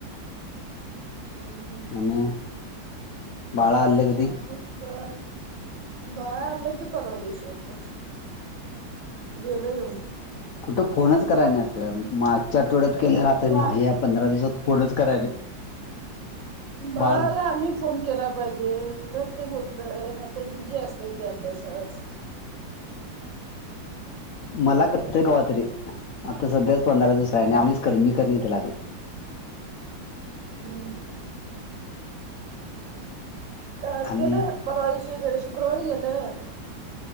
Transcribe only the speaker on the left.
आणि बाळा अल् ग
कुठं फोनच कराय नाही आता मागच्या आठोड्यात केले आत
नाही. पंधरा दिवसात फोनच करायला नाही.
बाळ
मला
करते
कव तरी आता सध्याच पंधरा दिवस राहि
आम्च करन मी करणे ते लागे.
आणि